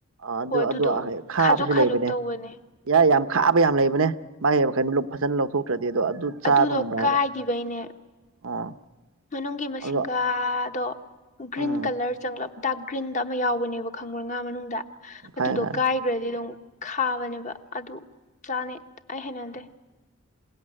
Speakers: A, on the right; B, on the left.
A: ꯑꯥ ꯑꯗꯨ
B: ꯍꯣ ꯑꯗꯨꯗꯣ
A: ꯑꯗꯨ ꯑꯥ ꯍꯩ ꯈꯥꯕꯖꯨ
B: ꯈꯥꯖꯣꯛ ꯈꯥꯖꯣꯛ
A: ꯂꯩꯕꯅꯦ
B: ꯇꯧꯕꯅꯦ
A: ꯌꯥꯏ ꯌꯥꯝ ꯈꯥꯕ ꯌꯥꯝ ꯂꯩꯕꯅꯦ ꯃꯥꯏ ꯍꯩꯕꯥ ꯀꯩꯅꯣ ꯂꯨꯞ ꯐꯖꯟ ꯂꯧꯊꯣꯛ ꯀꯤꯗꯣ ꯑꯗꯨ ꯆꯥꯕ
B: ꯑꯗꯨꯗꯣ
A: ꯉꯝꯕ꯭ꯔꯥ
B: ꯀꯥꯏꯈꯤꯕꯩꯅꯦ
A: ꯍꯥꯏꯕ ꯑꯣ
B: ꯃꯅꯨꯡꯒꯤ ꯃꯁꯤꯡꯒꯥꯗꯣ
A: ꯑꯗꯣ
B: ꯒ꯭ꯔꯤꯟ
A: ꯎꯝ
B: ꯀꯂꯔ ꯆꯪꯂꯛ ꯑꯞ ꯗꯥꯛ ꯒꯔꯤꯟꯗ ꯑꯃꯥ ꯌꯥꯎꯅꯦꯕ ꯈꯪꯕꯔꯥ ꯉꯥ ꯃꯅꯨꯡꯗ
A: ꯈꯥꯏ
B: ꯑꯗꯨꯗ‌ꯣ
A: ꯈꯥꯏ
B: ꯀꯥꯏ ꯒ꯭ꯔꯗꯤ ꯑꯗꯨꯝ ꯈꯥꯕꯅꯦꯕ ꯑꯗꯨ ꯆꯥꯅꯩ ꯑꯩ ꯍꯩꯅꯗꯦ